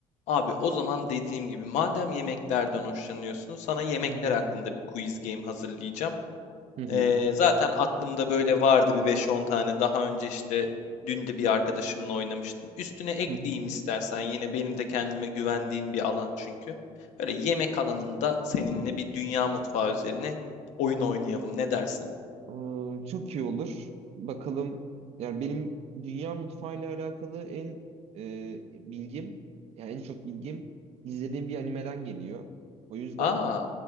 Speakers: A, on the left; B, on the right.
A: Abi o zaman dediğim gibi madem yemeklerden hoşlanıyorsun sana yemekler
B: Hı hı.
A: hakkında bir quiz game hazırlayacağım.
B: Hı hı.
A: Ee, zaten aklımda böyle vardı bir beş on tane daha önce işte dün de bir arkadaşımla oynamıştım. Üstüne ekleyeyim
B: Hı hı.
A: istersen yine benim de kendime güvendiğim bir alan çünkü. Böyle yemek alanında seninle bir dünya mutfağı üzerine oyun oynayalım ne dersin?
B: Ee, çok iyi olur. Bakalım. Yani benim dünya mutfağıyla alakalı en e, bilgim, yani en çok bilgim izlediğim bir animeden geliyor. O yüzden
A: Aa,